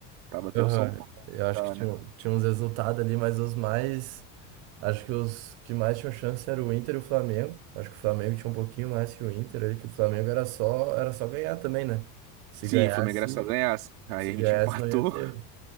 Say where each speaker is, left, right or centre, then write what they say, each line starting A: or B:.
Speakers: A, on the right; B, on the right.
A: Tava até
B: aham.
A: o São Paulo,
B: Eu acho
A: tá,
B: que tinha,
A: né?
B: tinha uns resultados ali, mas os mais. Acho que os que mais tinham chance era o Inter e o Flamengo. Acho que o Flamengo tinha um pouquinho mais que o Inter ali, que o Flamengo era só, era só ganhar também, né? Se
A: Sim,
B: ganhasse,
A: o Flamengo era só ganhar, aí
B: se
A: a gente
B: ganhasse,
A: empatou.
B: não ia ter.